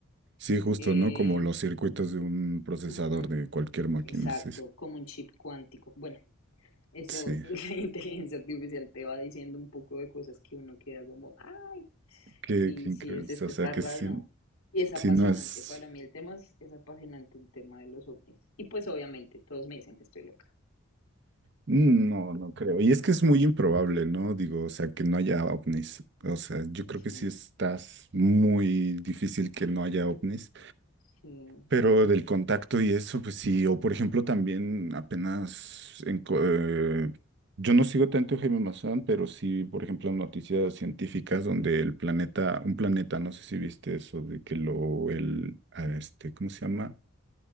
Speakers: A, on the right (about 50°); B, on the left (about 80°).
A: Sí, justo,
B: Eh,
A: ¿no? Como los circuitos de un procesador
B: ujú,
A: de cualquier máquina,
B: exacto,
A: sí. Sí,
B: como un chip cuántico. Bueno, eso,
A: Sí.
B: <laughs> la inteligencia artificial te va diciendo un poco de cosas que uno queda como, ay,
A: qué,
B: sí,
A: qué
B: sí,
A: increíble.
B: es
A: O
B: esto,
A: sea,
B: está
A: que
B: raro.
A: si,
B: Y es apasionante,
A: si no es...
B: para mí el tema es, es apasionante, el tema de los ovnis. Y pues obviamente todos me dicen que estoy loca.
A: mm, No, no creo. Y es que es muy improbable, ¿no? Digo, o sea, que no haya ovnis. O sea, yo creo
B: Sí,
A: que sí estás muy difícil que no haya ovnis.
B: sí,
A: Pero del contacto y eso, pues sí, o por ejemplo también apenas, en co- eh, yo no sigo tanto a Jaime Maussan, pero sí, por ejemplo, noticias científicas donde el planeta, un planeta, no sé si viste eso, de que lo, el, ah, este, ¿cómo se llama?